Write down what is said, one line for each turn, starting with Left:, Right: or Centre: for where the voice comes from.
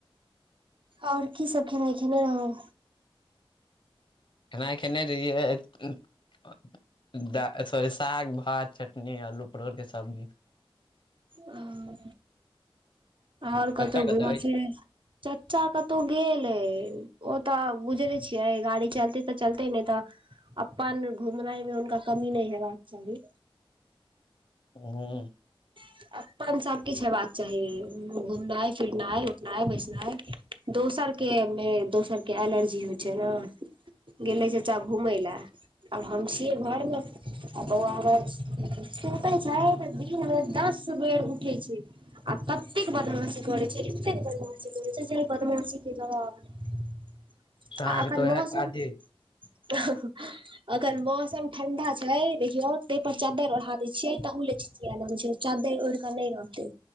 Right: और की सब खेनाइ खेने रहौ
Left: खेनाइ खेने रहियै द सॉरी साग भात चटनी अल्लू परोरके सब्जी
Right: ओ और कतौ
Left: चच्चा कतऽ
Right: घुम
Left: अछि
Right: फिरे चच्चा कतौ गेल अए ओ तऽ बुझै नै छियै गाड़ी चलतै तऽ चलतै नहि तऽ अपन घुमनाइमे हुनका कमी नै हेबाक चाही।
Left: हुं-हुं
Right: ह अपन सब किछ हेबाक चाही, घूमनाइ, फिरनाइ, उठनाइ, बैसनाइ। दोसर के मे दोसर के एलर्जी होइ छै ने। गेले चच्चा घूमै ले। आब हम छियै घर मे, आ बौआ हमर <unintelligible> सुतै शायद दिनमे दस बेर उठै छै। आ ततेक बदमाशी करै छै, एतेक बदमाशी करै छै जै बदमाशी के जवाब नै। <inaudible>
Left: अहाँके
Right: आ एखन
Left: तऽ उएह
Right: मौसम
Left: काजे
Right: <inaudible> <unintelligible> अखन मौसम ठंडा छै देखियौ, देह पर चदरि ओढ़ा दै छियै ओहु ले चिचिया लगै छै। चदरि ओढ़िक नै रहतै,